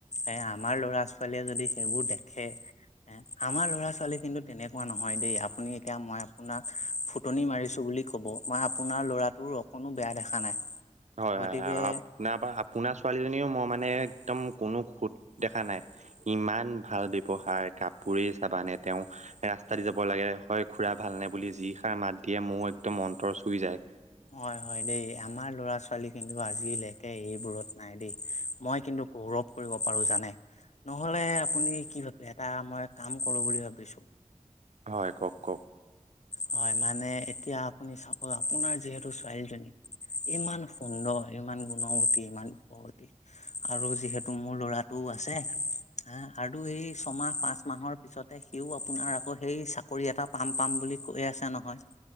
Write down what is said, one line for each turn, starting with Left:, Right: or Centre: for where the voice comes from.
Left: এ আমাৰ ল'ৰা -ছোৱালীয়ে যদি সেইবোৰ দেখে এ আমাৰ ল'ৰা ছোৱালী কিন্তু তেনেকুৱা নহয়। দেই আপুনি এতিয়া মই আপোনাক ফুট- ফুটনি মাৰিছো বুলি কব মই আপোনাৰ ল'ৰাটোৰ অকণো বেয়া দেখা নাই।
Right: হয়
Left: গতিকে
Right: হয় আপোনাৰ আপোনাৰ ছোৱালীজনীও মই মানে একদম কোনো খোট দেখা নাই ইমান ভাল ব্যৱহাৰ কাপোৰেই চাবানে তেওঁ ৰা- ৰাস্তা দি যাব লাগে হয় খুৰা ভালনে বুলি যি সাৰ মাত দিয়ে মইয়ো একদম মন্তৰ চুই যায়।
Left: হয় হয় দেই আমাৰ লৰা- ছোৱালী কিন্তু আজিলৈকে এইবোৰত নাই দেই মই কিন্তু, গৌৰৱ কৰিব পাৰো জানে নহলে আপুনি কি ভাবে এটা মই কাম কৰো বুলি ভাবিছোঁ। <inaudible>
Right: হয় কওক কওক।
Left: হয়, মানে এতিয়া আপুনি চাব আপোনাৰ যিহেতু ছোৱালীজনী ইমান সুন্দৰ, ইমান গুণৱতী, ইমান দুখৱতী, আৰু যিহেতু মোৰ ল'ৰাটো আছে। হ আৰু সেই ছমাহ পাঁচ মাহৰ পিছতে সিও আপোনাৰ আকৌ সেই চাকৰি এটা পাম পাম বুলি কৈ আছো নহয়,